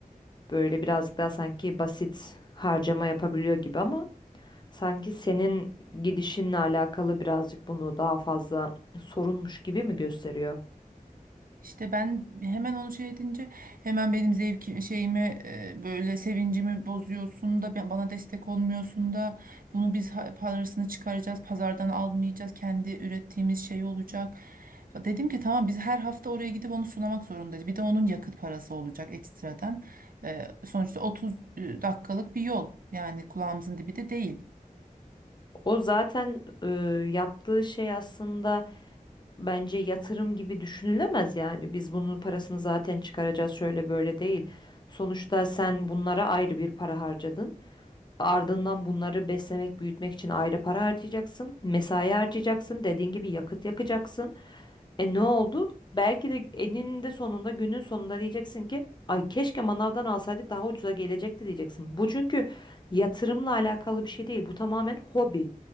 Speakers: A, on the left (about 30°); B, on the right (about 75°).
A: böyle birazcık daha sanki basit harcama yapabiliyor gibi ama sanki senin gidişinle alakalı birazcık bunu daha fazla sorunmuş gibi mi gösteriyor?
B: İşte ben hemen onu şey edince hemen benim zevki şeyimi e, böyle sevincimi bozuyorsun da ben- bana destek olmuyorsun da bunu biz ha- parasını çıkaracağız pazardan almayacağız kendi ürettiğimiz şey olacak. Dedim ki tamam biz her hafta oraya gidip onu sunamak zorundayız. Bir de onun yakıt parası olacak ekstradan. E, sonuçta 30 dakikalık bir yol yani kulağımızın dibi de değil.
A: O zaten e, yaptığı şey aslında bence yatırım gibi düşünülemez yani. Biz bunun parasını zaten çıkaracağız şöyle böyle değil. Sonuçta sen bunlara ayrı bir para harcadın. Ardından bunları beslemek, büyütmek için ayrı para harcayacaksın. Mesai harcayacaksın. Dediğin gibi yakıt yakacaksın. E ne oldu? Belki de eninde sonunda günün sonunda diyeceksin ki ay keşke manavdan alsaydık daha ucuza gelecekti diyeceksin. Bu çünkü yatırımla alakalı bir şey değil. Bu tamamen hobi.